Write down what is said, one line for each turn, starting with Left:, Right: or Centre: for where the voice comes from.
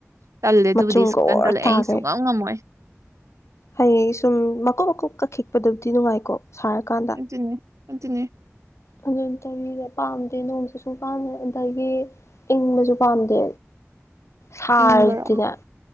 Right: ꯇꯜꯂꯦ ꯑꯗꯨꯕꯨꯗꯤ
Left: ꯃꯆꯨꯝꯒ
Right: ꯁꯨꯛꯇꯪ
Left: ꯑꯣꯔ
Right: ꯇꯜꯂꯦ
Left: ꯇꯥꯈꯩ
Right: ꯑꯩ ꯁꯨꯡꯛꯉꯥꯎ ꯉꯝꯃꯣꯏ
Left: ꯍꯌꯦꯡ ꯁꯨꯝ ꯃꯀꯨꯞ ꯃꯀꯨꯞ ꯀꯛ ꯈꯤꯛꯄꯗꯕꯨꯗꯤ ꯅꯨꯡꯉꯥꯏꯀꯣ ꯁꯥꯔꯀꯥꯟꯗ
Right: ꯑꯗꯨꯅꯦ ꯑꯗꯨꯅꯦ
Left: ꯑꯗꯨ ꯆꯍꯤꯕꯤꯗ ꯄꯥꯝꯗꯦ ꯅꯣꯡꯁꯤꯁꯨ ꯄꯥꯝꯃꯦ ꯑꯗꯒꯤ ꯏꯡꯕꯁꯨ ꯄꯥꯝꯗꯦ ꯁꯔꯗꯤꯅ‌ꯦ
Right: ꯏꯪꯕꯔꯣ